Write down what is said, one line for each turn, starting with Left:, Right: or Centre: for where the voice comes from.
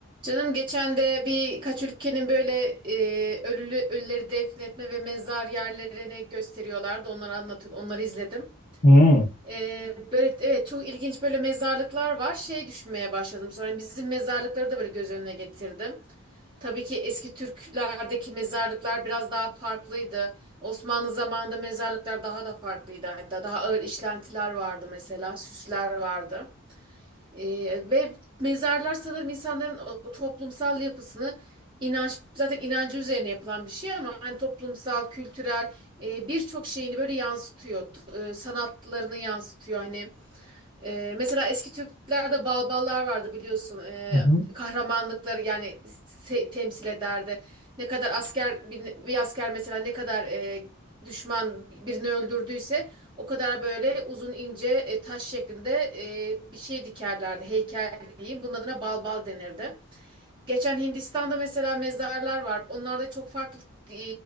Right: Canım geçen de birkaç ülkenin böyle e, ölülü ölüleri defnetme ve mezar yerlerini gösteriyorlardı. Onları anlatıyor, onları izledim.
Left: Hmm,
Right: E, böyle evet çok ilginç böyle mezarlıklar var. Şey düşünmeye başladım sonra hani bizim mezarlıkları da böyle göz önüne getirdim. Tabii ki eski Türklerdeki mezarlıklar biraz daha farklıydı. Osmanlı zamanında mezarlıklar daha da farklıydı. Hatta daha ağır işlentiler vardı mesela, süsler vardı. Ee, ve mezarlar sanırım insanların o toplumsal yapısını inanç zaten inancı üzerine yapılan bir şey ama hani toplumsal, kültürel e, birçok şeyini böyle yansıtıyor. T- e, sanatlarını yansıtıyor hani. Ee, mesela eski Türklerde balballar vardı biliyorsun. Ee,
Left: Hı hı.
Right: kahramanlıkları yani se- temsil ederdi. Ne kadar asker bir, bir asker mesela ne kadar e, düşman birini öldürdüyse o kadar böyle uzun ince e, taş şeklinde e, bir şey dikerlerdi. Heykel diyeyim. Bunun adına balbal denirdi. Geçen Hindistan'da mesela mezarlar var. Onlarda çok farklı e,